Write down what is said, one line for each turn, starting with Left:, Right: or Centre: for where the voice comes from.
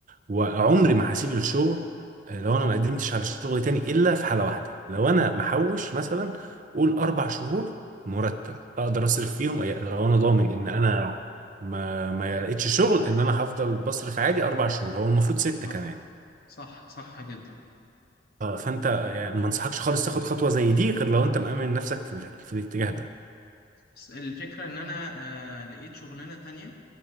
Right: وعمري ما هسيب الشغل آه، لو انا ما قدمتش على شغل تاني الا في حالة واحدة لو انا محوش مثلا قول اربع شهور مرتب اقدر اصرف فيهم أي- لو انا ضامن ان انا ما ما لقيتش شغل ان انا هفضل بصرف عادي اربع شهور هو المفروض ستة
Left: صح
Right: كمان
Left: صح صح جدا
Right: آه، فانت آه، يعني ما انصحكش خالص تاخد خطوة زي دي غير لو انت مأمن نفسك في ال- في الاتجاه
Left: بس الفكرة ان انا آه لقيت شغلانة تانية